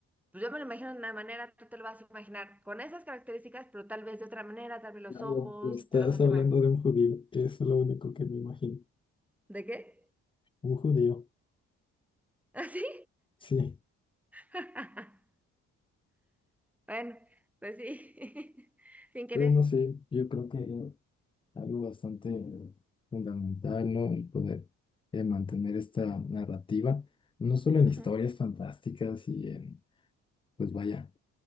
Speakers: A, in the centre; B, on the left.
A: pues yo me lo imagino de una manera, tú te lo vas a imaginar con esas características, pero tal vez de otra manera, tal vez los
B: Claro,
A: ojos,
B: estás
A: te los hace
B: hablando
A: más.
B: de un judío, es lo único que me imagino,
A: ¿De qué?
B: un judío.
A: ¿Así?
B: Sí,
A: <laughs> Bueno, pues sí, <laughs> sin querer.
B: pero no sé, yo creo que es algo bastante fundamental, ¿no? El poder eh, mantener esta narrativa, no solo en
A: Ujú,
B: historias fantásticas y en, pues vaya,